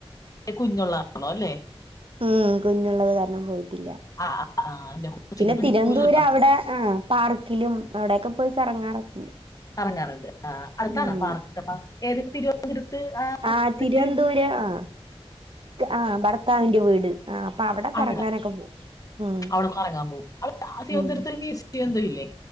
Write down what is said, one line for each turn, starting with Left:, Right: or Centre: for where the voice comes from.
Left: കുഞ്ഞുള്ള ക <unintelligible> ണം അല്ലേ?
Right: ഉം കുഞ്ഞുള്ളത് കാരണം പോയി. ഇല്ല,
Left: ആ ആ, എന്റെ കൊച്ചിന്
Right: തിരുത്തി
Left: പിടിക്കൂല
Right: തിരുവനന്തപുരം
Left: ചിലപ്പോ
Right: അവിടെ ആ പാർക്കിലും, അവിടൊക്കെ പോയി കറങ്ങാറുക്കെയുണ്ട് കറങ്ങാറൊക്കെണ്ട്
Left: കറങ്ങാറുണ്ട്. ആ അടുത്താണ?
Right: ഉം
Left: പാർക്കപ്പ. ഏതൊക്കെ <unintelligible>
Right: ആ തിരുവനന്തപുരം
Left: ഒരു
Right: ആ ആ ഭർത്താവിന്റെ വീട് ആ അപ്പൊ അവിടെ കറങ്ങാനൊക്കെ
Left: അവിട
Right: പോകും ഉം
Left: അവിടെ കറങ്ങാൻ പോവും അവിടെ തിരുവനന്തപുരത്ത്
Right: ഉം
Left: മ്യൂസിയോ എന്തോ ഇല്ലേ